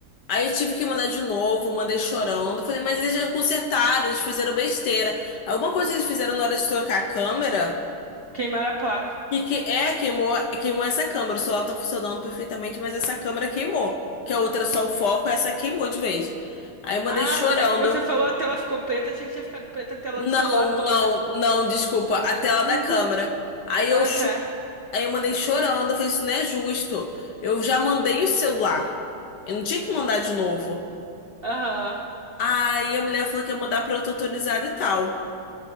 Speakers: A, on the left; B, on the right.
A: Aí eu tive que mandar de novo, mandei chorando. Falei, mas eles já consertaram, eles fizeram besteira. Alguma coisa que eles fizeram na hora de trocar a câmera,
B: Queimaram a placa.
A: que, que é, queimou, queimou essa câmera. O celular tá funcionando perfeitamente, mas essa câmera queimou. Que a outra era só o foco, essa queimou de vez. Aí eu mandei
B: Ah,
A: chorando.
B: é que você falou a tela ficou preta, achei que tinha ficado preta a tela
A: Não,
B: do celular toda.
A: não, não, desculpa, a tela
B: <laughs>
A: da câmera. Aí
B: Ah,
A: eu cho-
B: tá.
A: Aí eu mandei chorando, eu falei, isso não é justo. Eu já mandei o celular. Eu não tinha que mandar de novo.
B: Aham,
A: Aí a mulher falou que ia mandar pra outra autorizada e tal.